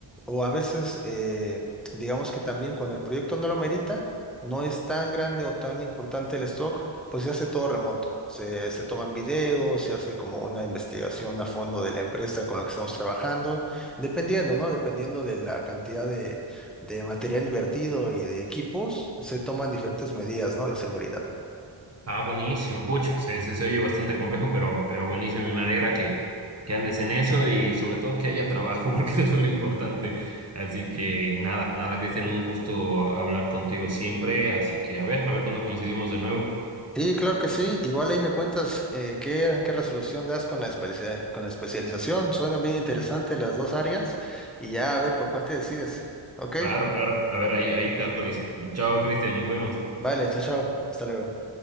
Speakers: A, in the centre; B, on the right.
A: o a veces, eh, digamos que también cuando el proyecto no lo merita, no es tan grande o tan importante el stock. Pues se hace todo remoto, se, se toman videos, se hace como una investigación a fondo de la empresa con la que estamos trabajando, dependiendo, ¿no? Dependiendo de la cantidad de, de material invertido y de equipos, se toman diferentes medidas, ¿no? De seguridad.
B: Ah, buenísimo, pucha, se, se, se oye bastante complejo, pero, pero buenísimo y me alegra que, que andes en eso y sobre todo que haya trabajo, <laughs> porque eso es lo importante. Así que nada, nada, Cristian, un gusto hablar contigo siempre, así que a ver, a ver cuando coincidimos de nuevo.
A: Sí, claro que sí. Igual ahí me cuentas eh, qué, qué resolución das con la especia- con la especialización. Suenan bien interesantes las dos áreas y ya a ver por cuál te decides. Ok,
B: Claro, claro, a ver, ahí, ahí te actualizo. Chao, Cristian, nos vemos.
A: vale, chao, chao. Hasta luego.